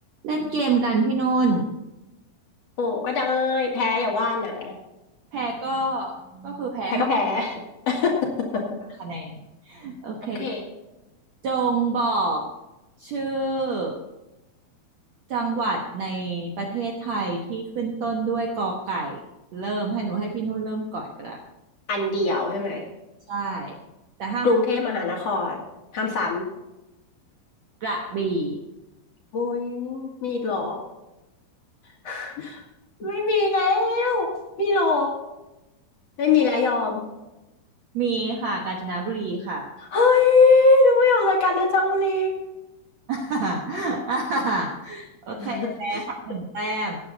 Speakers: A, on the right (about 65°); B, on the left (about 50°).
A: เล่นเกมกันพี่นุ่น
B: โอ้ก็ได้แพ้อย่าว่านะ
A: แพ้ก็ก็คือแพ้หัก
B: แพ้ก็แพ้ <laughs>
A: คะแนน โอเค
B: โอเค
A: จงบอกชื่อจังหวัดในประเทศไทยที่ขึ้นต้นด้วยกอไก่ เริ่มให้หนูให้พี่นุ่นเริ่มก่อนก็ได้
B: อันเดียวใช่ไหม
A: ใช่ แต่ห้าม
B: กรุงเทพมหานครห้ามซ้
A: กระบี่
B: ำมุ้ยมีอีกเหรอ <laughs> ไม่มีแล้วมีเหรอไม่มีแล้วยอม
A: มีค่ะกาญจนบุรีค่ะ
B: เฮ้ยดูไม่ออกรายการนะจ๊ะบุรี
A: <laughs> โอเคแพ้หักหนึ่งแต้ม
B: <laughs>